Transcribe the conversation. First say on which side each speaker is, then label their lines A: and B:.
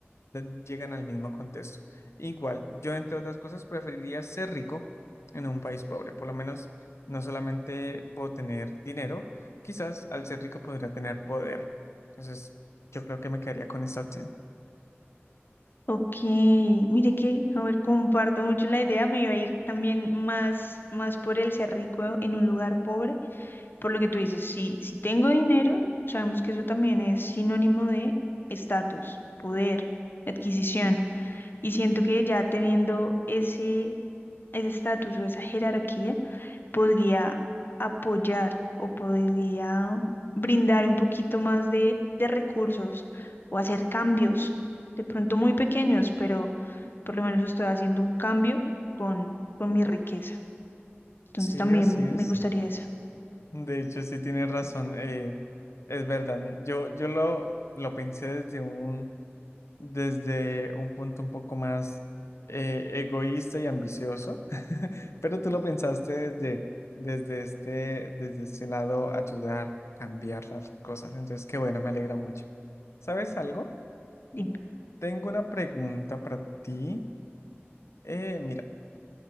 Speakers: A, on the left (about 80°); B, on the left (about 50°).
A: de- llegan al mismo contexto. Igual, yo entre otras cosas preferiría ser rico en un país pobre. Por lo menos no solamente puedo tener dinero, quizás al ser rico podría tener poder. Entonces, yo creo que me quedaría con esta opción.
B: ok. Mire que, a ver, comparto mucho la idea. Me iba a ir también más, más por el ser rico en un lugar pobre. Por lo que tú dices, si si tengo dinero, sabemos que eso también es sinónimo de estatus, poder, adquisición. Y siento que ya teniendo ese ese estatus o esa jerarquía, podría apoyar o podría brindar un poquito más de, de recursos o hacer cambios, de pronto muy pequeños, pero por lo menos estoy haciendo un cambio con, con mi riqueza. Entonces
A: Sí,
B: también
A: así es.
B: me gustaría esa.
A: De hecho, sí tienes razón. eh, es verdad. Yo, yo lo, lo pensé desde un, desde un punto un poco más eh, egoísta y ambicioso, <laughs> pero tú lo pensaste desde, desde este, desde este lado, ayudar, cambiar las cosas. Entonces, qué bueno, me alegra mucho. ¿Sabes algo?
B: Dime.
A: Tengo una pregunta para ti. Eh, mira.